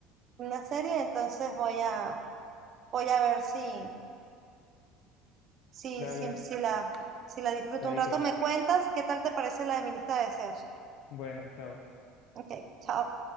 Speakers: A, on the right; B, on the left.
A: una serie, entonces voy a, voy a ver si, si,
B: dale,
A: si, si la, si la disfruto
B: chaito.
A: un rato. ¿Me cuentas qué tal te parece la de mi lista de deseos?
B: Bueno, chao.
A: Ok, chao.